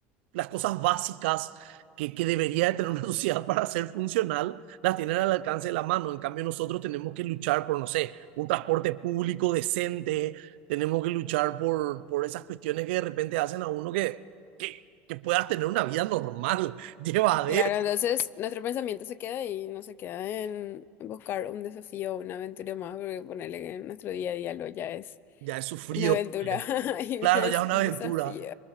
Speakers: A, on the right; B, on the left.
A: las cosas básicas que, que debería de tener una <laughs> sociedad para ser funcional, las tienen al alcance de la mano. En cambio, nosotros tenemos que luchar por, no sé, un transporte público decente, tenemos que luchar por, por esas cuestiones que de repente hacen a uno que, que, que puedas tener una vida normal, <laughs> llevadera.
B: Claro, entonces nuestro pensamiento se queda ahí, no se queda en buscar un desafío o una aventura más, porque ponerle que en nuestro día a día lo ya es
A: Ya he sufrido,
B: una aventura <laughs> y
A: claro,
B: una es
A: ya es una
B: un
A: aventura.
B: desafío.